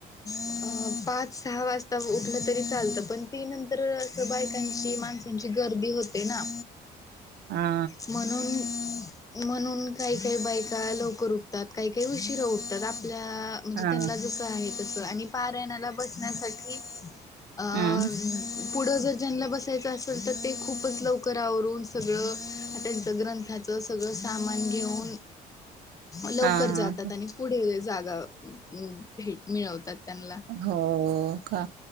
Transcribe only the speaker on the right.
हा
हा
हम्म
हा
हो का